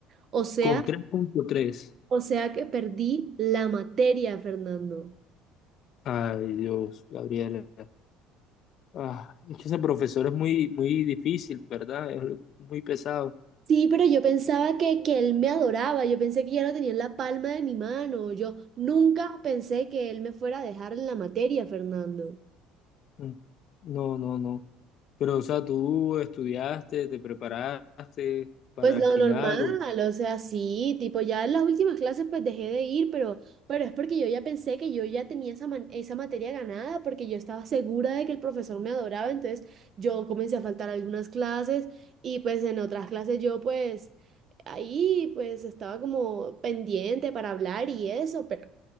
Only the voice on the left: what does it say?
Con tres. punto tres.
Ay, Dios, Gabriela. Ah, es que ese profesor es muy, muy difícil, ¿verdad? Es muy pesado.
Mm. No, no, no. Pero, o sea, tú estudiaste, te preparaste para
el final.
o-